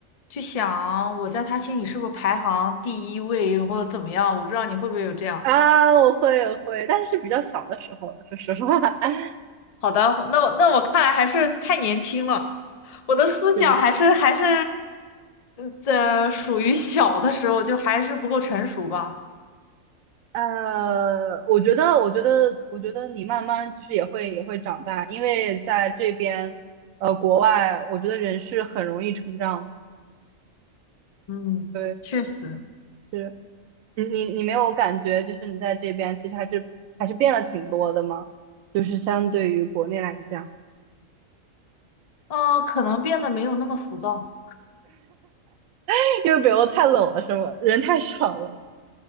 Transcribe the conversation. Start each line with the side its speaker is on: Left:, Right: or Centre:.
Left: 去想我在他心里是不是排行第一位或者怎么样，我不知道你会不会有这样。
Right: 啊，我会我会，但是是比较小的时候了，说实话 <laughs>
Left: 好的，那我那我看来还是太年轻了，我的思想还是还是
Right: 是。
Left: 嗯这属于小的时候，就还是不够成熟吧。
Right: 呃，我觉得，我觉得，我觉得你慢慢其实也会也会长大，因为在这边，呃，国外，我觉得人是很容易成长的。
Left: 嗯，
Right: 对，
Left: 确实，
Right: 是。你你你没有感觉，就是你在这边其实还是还是变了挺多的吗？就是相对于国内来讲，
Left: 嗯、可能变得没有那么浮躁。
Right: <laughs> 因为北欧太冷了，是吗？人太少了，